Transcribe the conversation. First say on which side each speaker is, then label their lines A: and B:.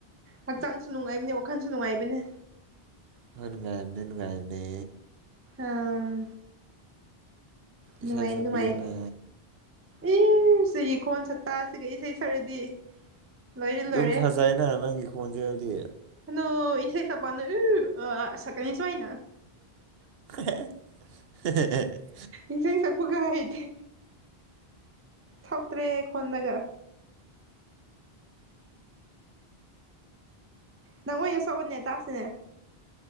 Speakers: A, on the right; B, on the right.
A: ꯍꯛꯆꯥꯡꯁꯨ ꯅꯨꯡꯉꯥꯏꯕꯅꯦ ꯋꯥꯈꯜꯁꯨ ꯅꯨꯡꯉꯥꯏꯕꯅꯦ
B: ꯍꯣ ꯅꯨꯡꯉꯥꯏꯕꯅꯦ ꯅꯨꯡꯉꯥꯏꯕꯅꯦ
A: ꯑꯧ
B: ꯏꯁꯩ
A: ꯅꯨꯡꯉꯥꯏ
B: ꯁꯛꯄꯤꯌꯣꯅꯦ
A: ꯅꯨꯡꯉꯥꯏꯞ ꯏꯌꯨ ꯁꯤꯒꯤ ꯈꯣꯟ ꯁꯛꯇꯥꯁꯤꯒ ꯏꯁꯩ ꯁꯛꯔꯗꯤ ꯂꯣꯏꯔꯦ ꯂꯣꯏꯔꯦ
B: ꯗꯨꯝ ꯐꯥꯖꯩꯅ ꯅꯪꯒꯤ ꯈꯣꯟꯖꯦꯜꯗꯤ
A: ꯍꯅꯣ ꯏꯁꯩ ꯁꯛꯄꯅꯥ ꯏꯌꯨ <unintelligible> ꯁꯛꯀꯅꯤ ꯁꯣꯏꯅ
B: ꯍꯦ ꯑꯦ ꯍꯦ ꯍꯦ <unintelligible>
A: ꯏꯁꯩ ꯁꯛꯄꯒ ꯍꯩꯊꯦ ꯊꯣꯛꯇ꯭ꯔꯦ ꯈꯣꯟꯅꯒ ꯅꯪ ꯑꯣꯏꯅ ꯁꯛꯎꯅꯦ ꯇꯥꯁꯤꯅꯦ